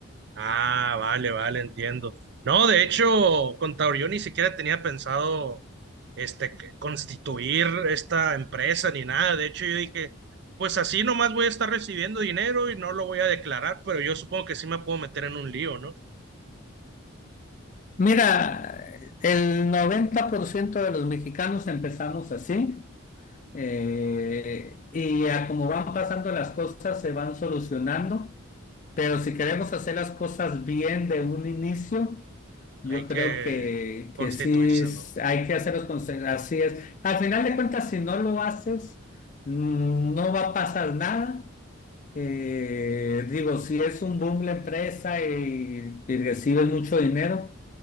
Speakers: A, on the right; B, on the left.
A: Ah, vale, vale, entiendo. No, de hecho, contador, yo ni siquiera tenía pensado este, que- constituir esta empresa ni nada. De hecho, yo dije, pues así nomás voy a estar recibiendo dinero y no lo voy a declarar, pero yo supongo que sí me puedo meter en un lío, ¿no?
B: Mira, el 90% de los mexicanos empezamos así eh, y a como van pasando las cosas se van solucionando Pero si queremos hacer las cosas bien de un inicio, yo
A: Hay que
B: creo que,
A: constituirse,
B: que sí es-
A: ¿no?
B: hay que hacerlos con, se- así es. Al final de cuentas, si no lo haces, mm, no va a pasar nada. Eh, digo, si es un boom la empresa y, y recibes mucho dinero,